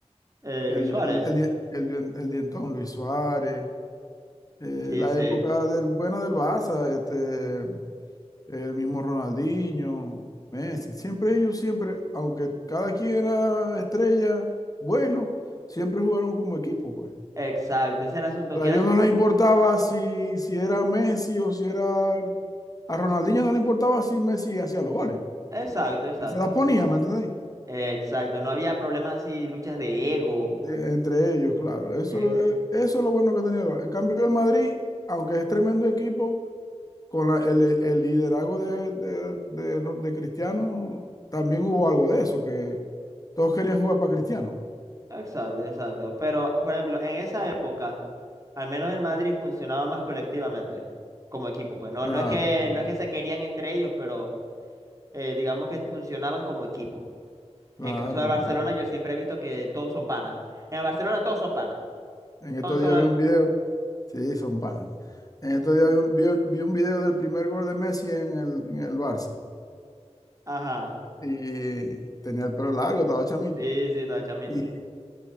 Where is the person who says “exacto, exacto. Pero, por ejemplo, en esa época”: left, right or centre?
Right